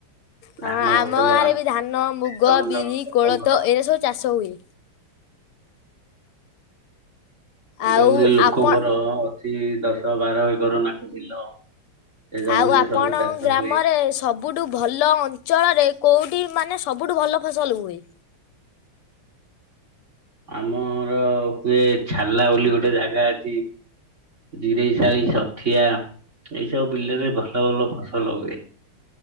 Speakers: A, on the left (about 80°); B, on the right (about 30°).
A: ହଁ
B: ଧାନ
A: ଆମ
B: ଫସଲ
A: ଗାଁରେ ବି ଧାନ, ମୁଗ,
B: ଜଣ ଜଣ
A: ବିରି,
B: ଲୋକଙ୍କର
A: କୋଳଥ ଏଇରା ସବୁ ଚାଷ ହୁଏ।
B: ଗୁରେ
A: ଆଉ
B: ଗୁରେ ଲୋକଙ୍କର
A: ଆପଣ
B: ଅଛି ଦଶ ବାର ଏକର ନାଖେ ବିଲ। ସେ ଜମିରେ
A: ଆଉ ଆପଣ
B: ସବୁ ଚାଷ
A: ଗ୍ରାମରେ
B: ହୁଏ।
A: ସବ ସବୁଠୁ ଭଲ ଅଞ୍ଚଳରେ କୋଉଠି ମାନେ ସବୁଠୁ ଭଲ ଫସଲ ହୁଏ।
B: ଆମର ହୁଏ ଛାଲା ବୋଲି ଗୋଟେ ଜାଗା ଅଛି। ଜିରେଇଶାଳି, ସଠିଆ ଏଇ ସବୁ ବିଲରେ ଭଲ ଭଲ ଫସଲ ହୁଏ।